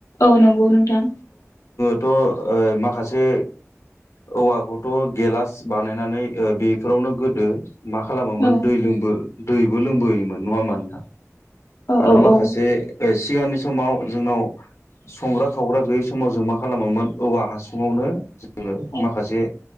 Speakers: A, on the left; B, on the left.
A: औ नंगौ नोंथां।
B: थ' ओ माखासे औवाखौथ' गेलास बानायनानै बेफोरावनो गोदो। मा खालामोमोन
A: औ
B: दै लोंबो। दैबो लोंबोयोमोन नङा होमबा नोंथां।
A: औ
B: आरो
A: औ
B: माखासे।
A: औ
B: सिगांनि समाव जोंनाव संग्रा खावग्रा गैयै समाव जों मा खालामोमोन औवा हासुङावनो जो जोङो
A: औ
B: माखासे।